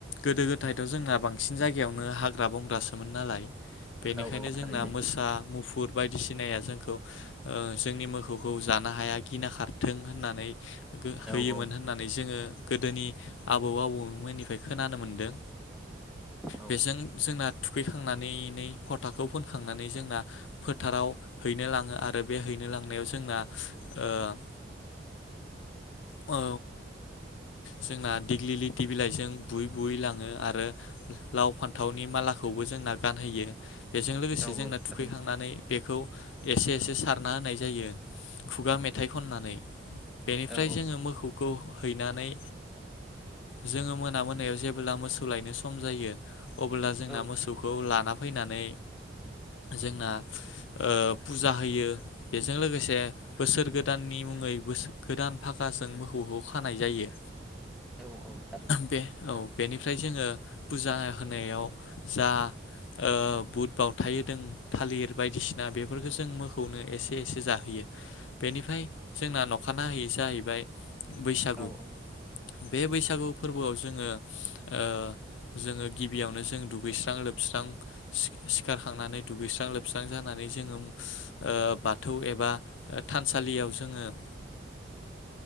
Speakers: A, on the left; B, in the centre.
A: गोदो गोदायथ जोंना बांसिन जायगायावनो हाग हाग्रा बंग्रासोमोन नालाय। बेनिखायनो
B: औ औ थारैनो
A: जोंना मोसा मुफुर बायदिसिनाया जोंखौ जोंनि ओ मोसौखौ जानो हाया गिना खारथों होननानै
B: औ
A: होयोमोन
B: औ
A: होननानै जोङो गोदोनि आबौ आबौमोननिफ्राय खोनानो मोनदों
B: औ
A: बेजों जोंना थुखैखांनानैै फद फोथाखौ फोनखांनानै जोंना फोथाराव हैनो लाङो आरो बे हैनो लांनायाव जोंना औ औ जोंना दिग्लिलिथि बिलाइजों बुयै बुयै लाङो आरो लाव फान्थावनि मालाखौबो जोंना गानहोयो बेजों लोगोसे
B: औ
A: जोंना
B: औ
A: थुखैखांनानै
B: थारैनो
A: बेखौ एसे एसे सारना होनाय जायो। खुगा मेथाइ खननानै बेनिफ्राय
B: औ
A: जोङो मोखौ खौ हैनानै जोङो ओ मोना मोनायाव जेब्ला मोसौ लायनो सम जायो। अब्ला जोंना
B: औ
A: मोसौखौ लाना फैनानै जोंना ओ फुजा होयो बेजों लोगोसे बोसोर गोदाननि मुङैबो बोसो गोदान फागाजों मोखौखौ खानाय जायो।
B: औ औ थारै
A: बे औ बेनिफ्राय जोङो फुजा होनायाव जा ओ बुट बावथाय होदों थालिर बायदिसिना बेफोरखौ जों मोखौनो एसे एसे जाहोयो। बेनिफ्राय जोंना न'ख अखानाहै जाहैबाय बैसागु।
B: औ
A: बे बैसागु फोरबोआव जोङो ओ जोङो गिबियावनो जों दुगैस्रां लोबस्रां सि-सिखारखांनानै दुगैस्रां लोबस्रां जानानै जोङो ओ बाथौ एबा थानसालियाव जोङो ओ